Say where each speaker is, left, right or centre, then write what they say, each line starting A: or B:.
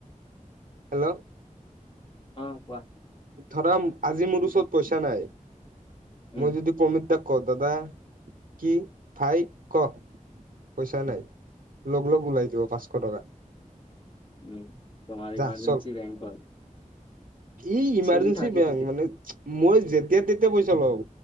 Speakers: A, on the right (about 85°); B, on the left (about 40°).
A: হেল্ল'
B: অ কোৱা
A: ধৰা আজি মোৰ ওচৰত পইচা নাই
B: উম
A: মই যদি কমিত দাক ক দাদা কি ভাই ক পইচা নাই লগ লগ ওলাই দিব পাঁচশ টকা
B: উম তমাৰ ইমাৰজেন্ঞ্চি
A: যা চল
B: বেংক হয়
A: ই ইমাৰ্জেঞ্চি
B: চলি থাকে
A: বেংক মানে মই যেতিয়া তেতিয়া পইচা লওঁ